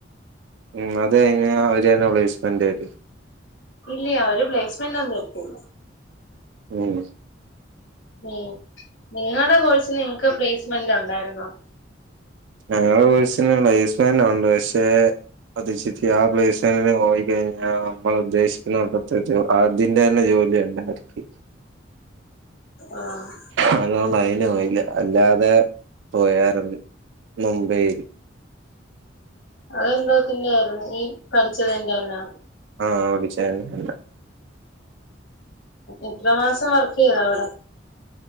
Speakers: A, on the right; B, on the left.
A: ഉം അത് കഴിഞ്ഞ അവര് തന്നെ പ്ലേസ്മെന്റ് തരു
B: ഇല്ല അവര് പ്ലേസ്മെന്റ് ഒന്നും തരത്തില്ല
A: ഉം
B: ഉം നിങ്ങടെ കോഴ്സിന് നിങ്ങക്ക് പ്ലേസ്മെന്റ് ഉണ്ടായിരുന്നോ
A: ഞങ്ങടെ കോഴ്സിന് പ്ലേസ്മെന്റ് ഉണ്ട് പക്ഷെ അത് ചിറ്റ ആ പ്ലേസ്മെന്റിന് പോയിക്കഴിഞ്ഞാൽ നമ്മള ഉദ്ദേശിക്കുന്ന അകത്തേത്ത് അതിന്റെ തന്നെ ജോലിയല്ല ആർക്ക്
B: ആഹ്
A: അതൊണ്ട് അതിന് പോയില്ല അല്ലാതെ പോയാരിന്ന് മുംബൈയിൽ
B: അതെന്തൊത്തിന്റെ ആയിരിന്ന് ഈ പഠിച്ചതിന്റെ തന്നാ
A: ആഹ് പടിച്ചെന്റെ തന്നെ
B: എത്രമാസം വർക്ക് ചെയ്ത് അവിട